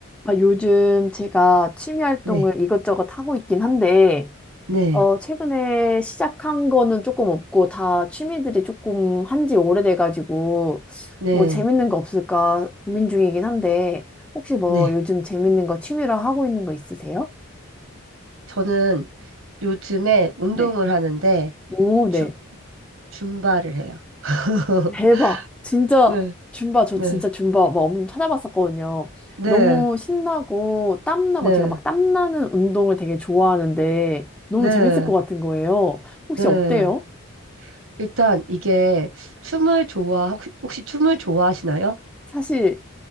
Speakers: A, in the centre; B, on the right (about 65°).
A: 아, 요즘 제가 취미 활동을
B: 네,
A: 이것저것 하고 있긴 한데,
B: 네,
A: 어, 최근에 시작한 거는 조금 없고, 다 취미들이 조금 한지 오래돼가지고,
B: 네,
A: 뭐 재밌는 거 없을까 고민 중이긴 한데, 혹시 뭐
B: 네.
A: 요즘 재밌는 거 취미로 하고 있는 거 있으세요?
B: 저는 요즘에 운동을
A: 네.
B: 하는데
A: 오, 네.
B: 줌, 줌바를 해요. <laughs>
A: 대박. 진짜
B: 네,
A: 줌바 저
B: 네,
A: 진짜 줌바 막 엄청 찾아봤었거든요.
B: 네,
A: 너무 신나고 땀나고
B: 네,
A: 제가 막 땀나는 운동을 되게 좋아하는데 너무
B: 네,
A: 재밌을 것 같은 거예요. 혹시
B: 네.
A: 어때요?
B: 일단 이게 춤을 좋아, 혹시, 혹시 춤을 좋아하시나요?
A: 사실